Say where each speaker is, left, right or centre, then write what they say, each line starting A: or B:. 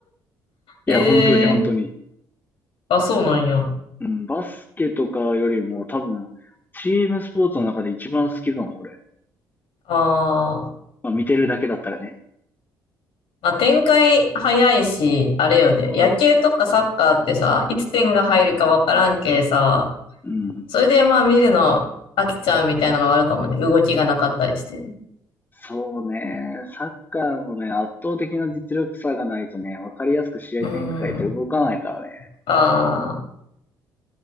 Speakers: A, on the left (about 20°); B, on the left (about 60°).
A: いや、
B: ええ
A: 本当に本当に。
B: あ、そうなんや。あ
A: うん、バスケとかよりも多分、チームスポーツの中で一番好きかも、俺。
B: あ。
A: まあ見てるだけだったらね。
B: まあ、展開早いし、あれよね。野球とかサッカーってさ、いつ点が入るかわからんけさ、
A: うん。
B: それでまあ見るの飽きちゃうみたいなのはあるかもね。動きがなかったりして。
A: そうね。サッカーもね、圧倒的な実力差がないとね、わかりやすく試合展開って動かないからね。
B: うーん。ああ。